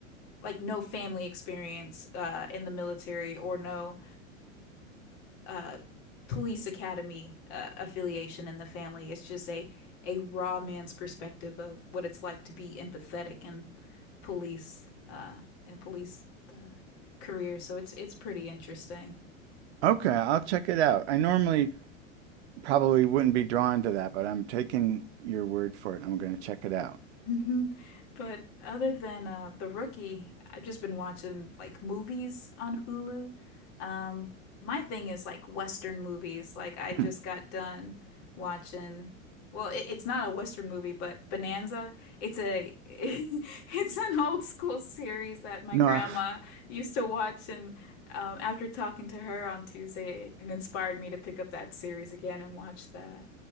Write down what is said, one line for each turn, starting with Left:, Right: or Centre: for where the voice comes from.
Left: like no family experience uh, in the military or no uh, police academy uh, affiliation in the family. It's just a a raw man's perspective of what it's like to be empathetic in police uh, and police uh, career. So it's it's pretty interesting.
Right: Okay, I'll check it out. I normally probably wouldn't be drawn to that, but I'm taking your word for it. I'm going to check it out.
Left: Mhm. But other than uh, The Rookie, I've just been watching like movies on Hulu. Um, my thing is like Western movies. Like I just
Right: Hmm.
Left: got done watching. Well, it, it's not a Western movie, but Bonanza. It's a <laughs> it's an old school series that my
Right: No,
Left: grandma
Right: I,
Left: used to watch, and um, after talking to her on Tuesday, it inspired me to pick up that series again and watch that.